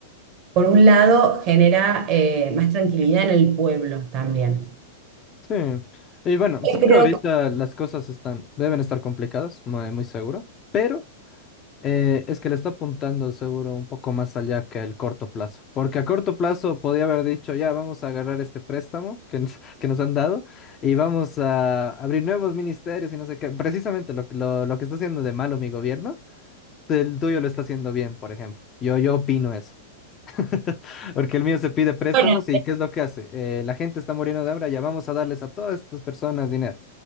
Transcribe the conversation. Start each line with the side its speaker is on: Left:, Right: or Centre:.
Right: por un lado genera eh, más tranquilidad en el pueblo también.
Left: Sí. Y bueno,
Right: Yo
Left: sé
Right: creo
Left: que ahorita
Right: que,
Left: las cosas están, deben estar complicadas, muy, muy seguro, pero eh, es que le está apuntando seguro un poco más allá que el corto plazo. Porque a corto plazo podía haber dicho, ya vamos a agarrar este préstamo que nos, <laughs> que nos han dado y vamos a abrir nuevos ministerios y no sé qué. Precisamente lo, lo, lo que está haciendo de malo mi gobierno, el tuyo lo está haciendo bien, por ejemplo. Yo, yo opino eso. <laughs> Porque el mío se pide préstamos
Right: bueno,
Left: y ¿qué es lo que hace? Eh, la gente está muriendo de hambre, ya vamos a darles a todas estas personas dinero.